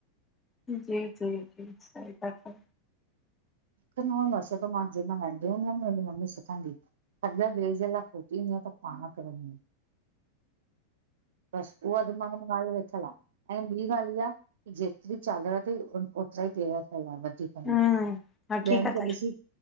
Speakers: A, on the left (about 15°); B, on the right (about 60°).
A: जी जी जी सही था चओ।
B: मूंखे न इंदो आ सब, मांं जेमल मां नंढी हूंदीमि न मुंहिंजी मम्मी सिखारयईं। खॾो ॿे जे लाइ खोॾिदिय त पाण किरदीय। बस उहा दिमाग मे ॻाल्हि वेठल आ। ऐं ॿी ॻाल्हि इहा की जेतिरी चादर अथई ओतिरा ई पैर फैलाये वधीक न।
A: हम्म हक़ीक़त
B: ॿियनि खे
A: आहे
B: ॾिसी